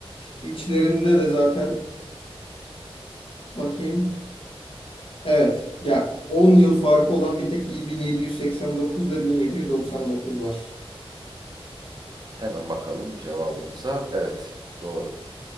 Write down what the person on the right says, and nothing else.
Hemen bakalım cevabımıza. Evet, doğru.